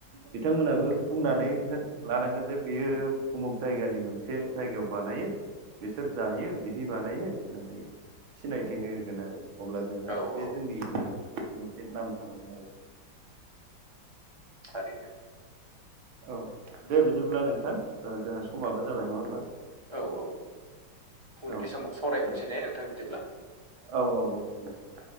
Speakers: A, on the right (about 75°); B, on the right (about 20°).
A: बिथांमोनाबो बुंनानै हो लानांगोन जे बियो उमुग जायगानि मोनसे जायगायाव बानायो बिसोर जायो बिदि बानायो होननानै सिनायथि होगोन आरो अब्ला जोंहा
B: औ
A: बे
B: औ
A: जोंनि होननानै मोनसे नाम थालांगोन आरो
B: थारैनोे
A: औ दे बिदिब्ला नोंथां ओ जोंहा समाबो जाबाय नङा होमबा?
B: औ औ उननि
A: औ
B: समाव सावरायफिनसै
A: दे
B: ने नोंथां बिदिब्ला
A: औ औ औ दे दे